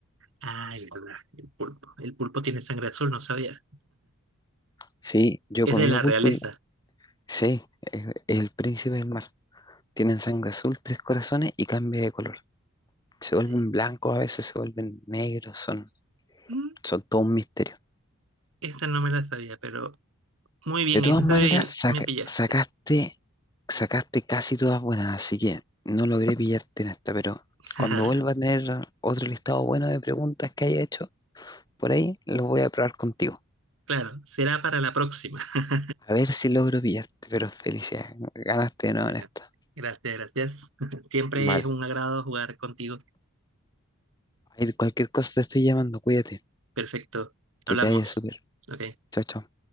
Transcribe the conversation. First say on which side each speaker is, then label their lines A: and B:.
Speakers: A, on the right (about 60°); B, on the left (about 15°).
A: Ah, el, el pulpo. El pulpo tiene sangre azul, no sabía.
B: Sí, yo
A: Es
B: he comido
A: de la realeza.
B: pulpo y sí, es es el príncipe del mar. Tienen sangre azul, tres corazones y cambia de color. Se vuelven
A: Eh,
B: blancos, a veces se vuelven negros, son,
A: mm,
B: son todo un misterio.
A: Esta no me la sabía, pero muy bien,
B: De todas
A: esa
B: maneras,
A: sí
B: saca-
A: me pillaste.
B: sacaste, sacaste casi todas buenas, así que no logré <laughs> pillarte en esta, pero
A: <laughs>
B: cuando vuelva a tener otro listado bueno de preguntas que haya hecho por ahí, los voy a probar contigo.
A: Claro, será para la próxima. <laughs>
B: A ver si logro pillarte, pero felicidades, ganaste de nuevo
A: Bueno,
B: en esta.
A: Gracias, gracias. <laughs> Siempre
B: Vale,
A: es un agrado jugar contigo.
B: ahí cualquier cosa te estoy llamando, cuídate,
A: Perfecto. Hablamos.
B: que te vaya súper.
A: Ok.
B: Chao, chao.